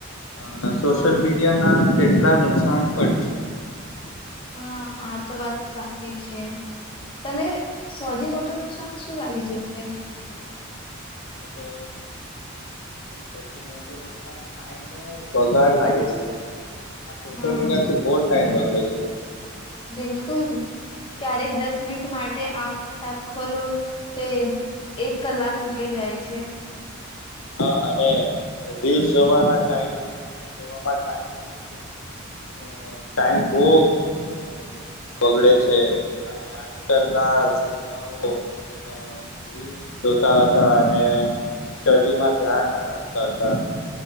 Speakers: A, on the left; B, on the left.
A: અ સોશિયલ
B: હા
A: મીડિયા ના કેટલા નુકસાન પણ છે
B: હા આ તો વાત સાચી છે તને સૌથી મોટું નુકસાન શું લાગે છે તે
A: તો સૌથી મોટું નુકસાન ટાઈમ નો વગાડ લાગે છે આ સોશિયલ
B: હા
A: મીડિયાથી બહુ જ ટાઈમ બગડે છે
B: બિલકુલ ક્યારેક દસ મિનિટ માટે આપ એપ ખોલો તે એક કલાક નીકળી જાય છે
A: હા અને રીસ જોવાના ટાઈમ જો ટાઈમની અ ટાઈમ બોક અ બગડે છે અને આજકાલના છોકરાઓ અ જોતા હતા અને સ્ટડીમાં ધ્યાન ના રાખતા હતા